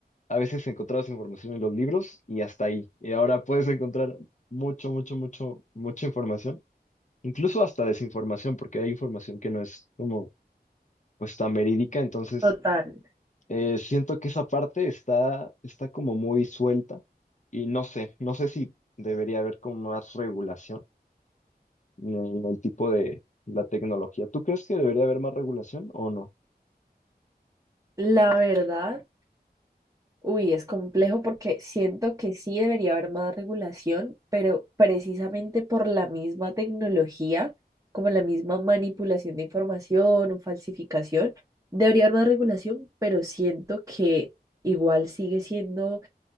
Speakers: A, on the left (about 45°); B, on the right (about 20°).
A: a veces encontrabas información en los libros y hasta ahí. Y ahora puedes encontrar mucho, mucho, mucho, mucha información, incluso hasta desinformación, porque hay información que no es como pues tan verídica, entonces
B: Total.
A: eh, siento que esa parte está, está como muy suelta y no sé, no sé si debería haber como más regulación en el tipo de la tecnología. ¿Tú crees que debería haber más regulación o no?
B: La verdad. Uy, es complejo porque siento que sí debería haber más regulación, pero precisamente por la misma tecnología, como la misma manipulación de información o falsificación, debería haber más regulación, pero siento que igual sigue siendo